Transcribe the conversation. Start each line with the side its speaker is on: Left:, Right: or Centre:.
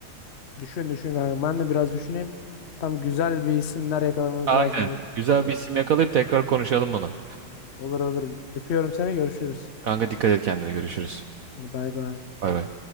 Left: Düşün düşün kanka. Ben de biraz düşüneyim. Tam güzel bir isimler yakalamamız
Right: Aynen.
Left: lazım. O iş
Right: Güzel
Left: çok önemli.
Right: bir isim yakalayıp tekrar konuşalım bunu.
Left: Olur olur. Öpüyorum seni. Görüşürüz.
Right: Kanka dikkat et kendine görüşürüz.
Left: Hadi Bay bay.
Right: Bay bay.